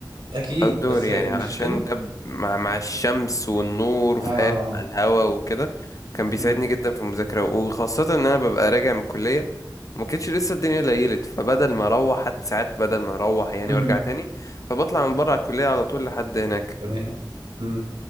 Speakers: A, on the right; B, on the left.
A: اكيد
B: outdoor
A: بس
B: يعني
A: المشكله
B: علشان ده ب- مع مع الشمس والنور فاهم
A: اه
B: مع الهوا وكده كان بيساعدني
A: مم.
B: جدا في المذاكرة وخاصة ان انا ببقى راجع من الكلية ما كانتش لسه الدنيا ليلت فبدل ما اروح حتى ساعات بدل ما اروح يعني
A: مم.
B: وارجع تاني فبطلع من بره على الكلية على طول لحد هناك
A: تمام مم.